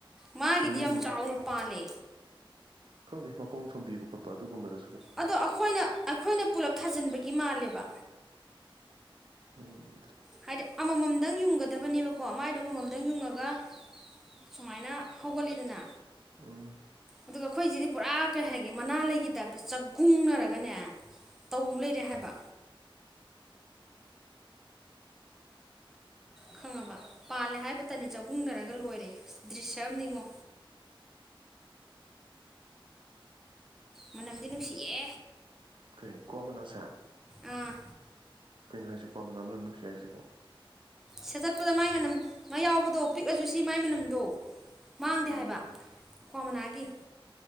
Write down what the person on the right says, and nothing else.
ꯁꯦꯝꯕꯤ
ꯈꯪꯗꯦ ꯃꯈꯣꯡ ꯁꯣꯝꯕꯤꯕ ꯈꯣꯠꯄ ꯑꯗꯨꯒꯨꯝꯕꯗ
ꯎꯝ
ꯎꯝ
<inaudible>
<inaudible>
ꯀꯩ ꯀ꯭ꯋꯥ ꯃꯅꯥꯁꯦ
ꯀꯩꯅꯣ ꯍꯥꯏꯁꯤ ꯀ꯭ꯋꯥ ꯃꯅꯥ ꯃꯅꯝ ꯅꯨꯡꯁꯤ ꯍꯥꯏꯁꯤꯕꯣ
ꯎꯝ